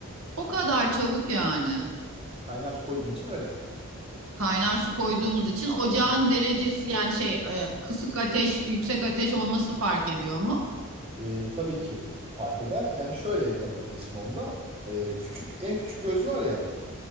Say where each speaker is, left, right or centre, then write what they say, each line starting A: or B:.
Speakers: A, on the right; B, on the right.
A: O kadar çabuk yani.
B: Kaynar su koyduğun için öyle.
A: Kaynar su koyduğumuz için ocağın derecesi yani şey e, kısık ateş, yüksek ateş olması fark ediyor mu?
B: E, tabii ki fark eder. Yani şöyle yapabilirsin onda. E, küçük en küçük göz var ya.